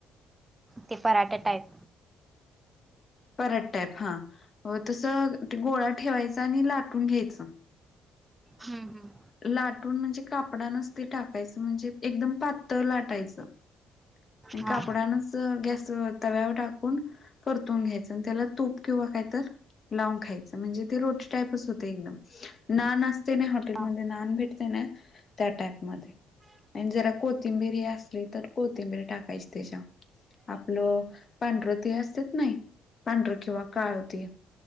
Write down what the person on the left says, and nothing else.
पराठा टाईप हा तसं गोळा ठेवायचा आणि लाटून घ्यायचं?
लाटून म्हणजे कापडच ते टाकायचं म्हणजे एकदम पातळ लाटायचं? आणि
कापडानच?
गॅस तव्यावर टाकून परतून घ्यायचं त्याला तूप किंवा काहीतर- लावून खायच म्हणजे, रोटी टापच होते एकदम नान असते ना हॉटेलमध्येन
भेटते ना त्या टाईप मध्ये आणि जरा कोथिंबीरी असली तर कोथिंबीरी टाकायची त्याच्यात. आपलं पांढरं तीळ असतेच नाही पांढरं किंवा काळ तीळ.